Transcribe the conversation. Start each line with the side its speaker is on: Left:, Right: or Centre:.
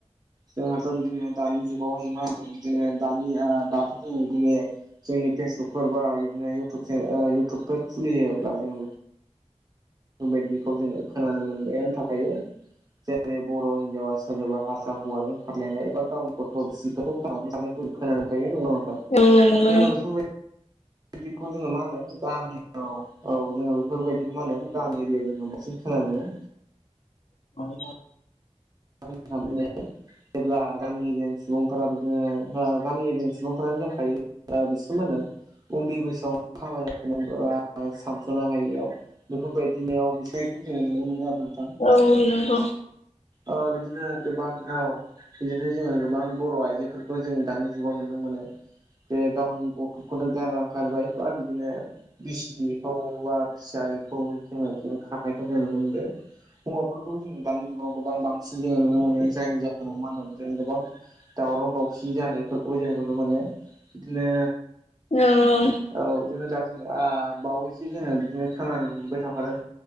Right: जोंहाथ' बिदिनो दानि जुगावहाय मा होनदों बिदिनो दानि आ दाथ' जोङो इदिनो जोंनि फेसबुकफोर बा बिदिनो इउटुबसे ओ इउटुबफोर खुलियोब्ला जोङो बेफोरबायदिखौ जोङो खोनानो मोनबायानो थाखाय जेरै बर' हिनजावा सोरबा हारसा हौवाजों खारलायनाय। <unintelligible> जोङो
Left: औ नंगौ
Right: बेफोरबाय बिखौ जोङो मा होनदों <unintelligible> औ जोङो बेफोरबायदिखौ मा होनदों गामि एरियाव जोङो बांसिन खोनानो मोनो।
Left: <inaudible>
Right: <unintelligible> जेब्ला गामि एरियानि सुबुंफोरा बिदिनो ओ गामि एरियानि सुबुंफ्रानो जाखायो। ओ बिसो मा होनदों? उन्दै बैसोआव हाबा <unintelligible> सानस'नो हायियाव बेफोरबायदिनियाव बिसोर जोङो नुनो मोनो आरो ना नोंथां
Left: औ नोंग
Right: ओ बिदिनो गोबां औ बिनिफ्रायनो जोङो गोबां बर' आइजोफोरखौ जोङो दानि जुगाव नुनो मोनो जे गावनि गथ' खौनो गारा गारबाय बा बिदिनो बिसिखौ बा फिसायखौ जोङो खारनायखौ जों नुनो मोनो हौवाफोरखौ जोङो दानि जुगाव गोबां बांसिन जोङो नुनो मोनो जायनि जाहोनाव मा होनो जों गोबां दावराव दावसि जानायफोरखौ जों नुनो मोनो बिदिनो
Left: औ औ
Right: औ जोङो दाख्लि आ बावैसो जोङो बिदिनो खोनानो मोनबाय थाखादों